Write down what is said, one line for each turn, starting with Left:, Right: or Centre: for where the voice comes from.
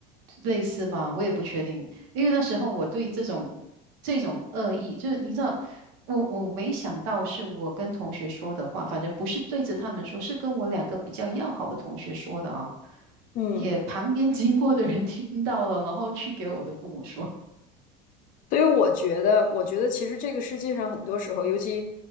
Right: 类似吧，我也不确定，因为那时候我对这种这种恶意，就是你知道，我我没想到是我跟同学说的话，反正不是对着他们说，是跟我两个比较要好的同学说的啊，
Left: 嗯。
Right: 也旁边经过的人听到了，然后去给我的父母说，
Left: 所以我觉得，我觉得其实这个世界上很多时候，尤其